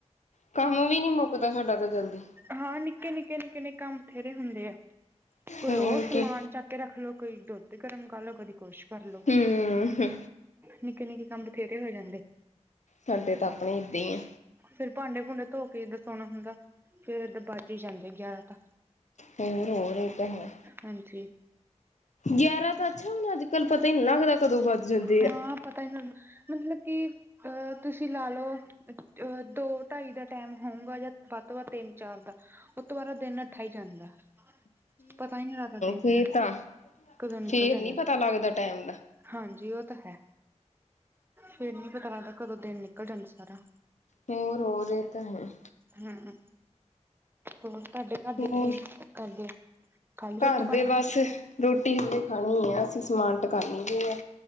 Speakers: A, on the left; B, on the right.
A: ਕੰਮ ਵੀ ਨੀ ਮੁੱਕਦਾ ਸਾਡਾ ਤਾਂ ਜਲਦੀ
B: ਹਾਂ, ਨਿੱਕੇ- ਨਿੱਕੇ -ਨਿੱਕੇ -ਨਿੱਕੇ ਕੰਮ ਬਥੇਰੇ ਹੁੰਦੇ ਆ। ਕੋਈ
A: ਹੋਰ
B: ਉਹ ਸਮਾਨ
A: ਕੀ
B: ਚੱਕ ਕੇ ਰੱਖ ਲੋ, ਕੋਈ ਦੁੱਧ ਗਰਮ ਕਰ ਲੋ, ਕਦੀ ਕੁਛ ਕਰਲੋ,
A: ਹੂੰ,
B: ਨਿੱਕੇ- ਨਿੱਕੇ ਕੰਮ ਬਥੇਰੇ ਹੋ ਜਾਂਦੇ।
A: ਸਾਡੇ ਤਾਂ ਆਪਣੇ ਇੱਦਾਂ ਹੀ ਆ।
B: ਫਿਰ ਭਾਂਡੇ- ਭੂੰਡੇ ਧੋ ਕੇ ਏਦਾਂ ਸੌਣਾ ਹੁੰਦਾ, ਫੇਰ ਐਦਾਂ ਵੱਜ ਹੀ ਜਾਂਦੇ ਆ ਗਿਆਰਾਂ ਤਾਂ
A: ਹੋਰ -ਹੋਰ ਇਹ ਤਾਂ ਹੈ
B: ਹਾਂਜੀ
A: ਗਿਆਰਾਂ ਤਾਂ ਅੱਛਾ ਹੁਣ ਅੱਜ -ਕੱਲ ਪਤਾ ਹੀ ਨੀ ਲੱਗਦਾ ਕਦੋਂ ਵੱਧ ਜਾਂਦੇ
B: ਹਾਂ
A: ਆ।
B: ਪਤਾ ਹੀ ਨੀ ਲਗਦਾ, ਮਤਲਬ ਕਿ ਅਹ ਤੁਸੀਂ ਲਾ ਲਓ ਅ ਦੋ ਢਾਈ ਦਾ ਟਾਈਮ ਹੋਊਗਾ ਜਾਂ ਵੱਧ ਤੋਂ ਵੱਧ ਤਿੰਨ ਚਾਰ ਦਾ ਉਹ ਦੁਬਾਰਾ ਦਿਨ ਨਠਾ ਹੀ ਜਾਂਦਾ। ਪਤਾ ਹੀ ਨੀ ਲੱਗਦਾ ਦਿਨ
A: ਫੇਰ
B: ਦਾ,
A: ਤਾਂ
B: ਕਦੋਂ ਨਿਕਲ
A: ਫੇਰ
B: ਜਾਂਦਾ।
A: ਨੀ ਪਤਾ ਲੱਗਦਾ ਟੈਮ ਦਾ
B: ਹਾਂਜੀ ਓ ਤਾਂ ਹੈ, ਫਿਰ ਨੀ ਪਤਾ ਲੱਗਦਾ, ਕਦੋਂ ਦਿਨ ਨਿਕਲ ਜਾਂਦਾ ਸਾਰਾ
A: ਹੋਰ -ਹੋਰ ਇਹ ਤਾਂ ਹੈ।
B: ਹਮ, ਹੋਰ ਤਾਡੇ ਘਰਦੇ
A: ਹੋਰ
B: ਕੀ ਕਰਦੇ। ਖਾ ਲਈ ਰੋਟੀ
A: ਘਰ
B: ਪਾਣੀ?
A: ਦੇ ਬਸ, ਰੋਟੀ ਹਲੇ ਖਾਣੀ ਆ, ਅਸੀਂ ਸਮਾਨ ਟਕਾਨੀ ਵੀ ਆ।